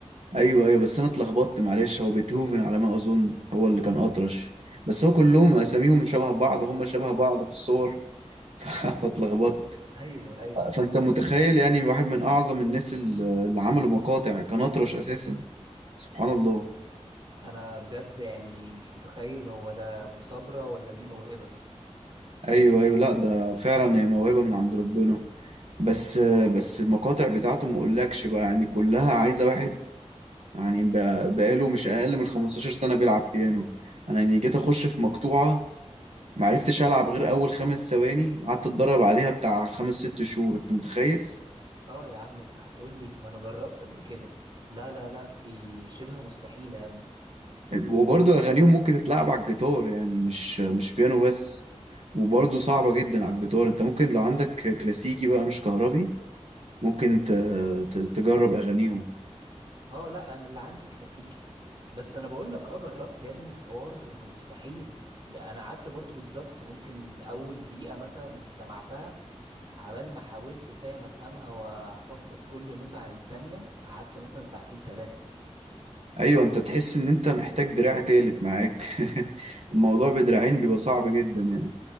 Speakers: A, on the right (about 70°); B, on the right (about 45°).
A: ايوه ايوه بس انا اتلخبطت معلش هو بيتهوفن على ما اظن هو اللي كان اطرش بس هو كلهم اساميهم شبه بعض هم شبه بعض في الصور <laughs> ف- فاتلخبطت
B: ايوه ايوه صح
A: فانت متخيل يعني واحد من اعظم الناس ال- اللي عملوا مقاطع كان اطرش اساسا سبحان الله
B: انا بجد يعني مش متخيل هو ده مثابرة ولا دي موهبة
A: ايوه ايوه لا ده فعلا هي موهبة من عند ربنا بس بس المقاطع بتاعته ما اقولكش بقى يعني كلها عايزة واحد يعني بقى- بقاله مش اقل من 15 سنة بيلعب بيانو انا يعني جيت اخش في مقطوعة معرفتش العب غير اول خمس ثواني قعدت اتدرب عليها بتاع خمس ست شهور انت متخيل
B: اه يا عم انت هتقولي ما انا جربت قبل كده لا لا لا دي شبه مستحيلة يا ابني
A: وبرضه اغانيهم ممكن تتلعب على الجيتار يعني مش مش بيانو بس وبرضه صعبة جدا على الجيتار انت ممكن لو عندك كلاسيكي بقى مش كهربي ممكن ت- ت- تجرب اغانيهم
B: اه لا انا اللي عندي كلاسيكي بس انا بقول لك اه جربت يا ابني الحوار مستحيل يعني انا قعدت برضو بالظبط ممكن اول دقيقة مثلا سمعتها عبال ما حاولت فاهم افهمها وافصص كل نوتة عن التانية قعدت مثلا ساعتين تلاتة
A: ايوه انت تحس ان انت محتاج دراع تالت معاك <laughs> الموضوع بدراعين بيبقى صعب جدا يعني